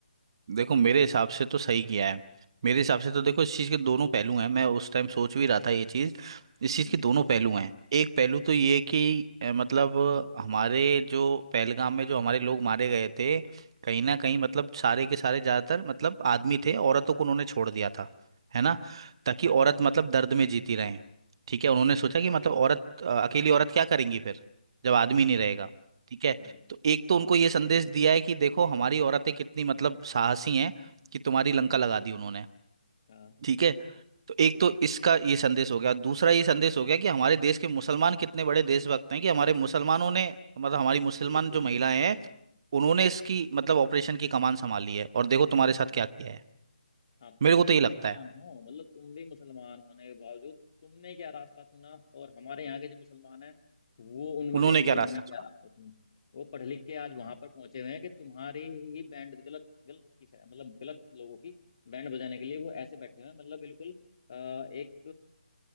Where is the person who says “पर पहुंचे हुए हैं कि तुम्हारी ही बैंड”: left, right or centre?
Left